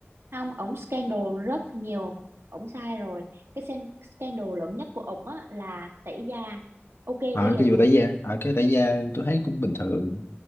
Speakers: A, on the right (about 70°); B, on the left (about 65°).
A: không ổng scandal rất nhiều ổng sai rồi cái sen- scandal lớn nhất của ổng á là tẩy da ok
B: à,
A: bây giờ
B: cái
A: người
B: vụ tẩy da à, cái tẩy da tôi thấy cũng bình thường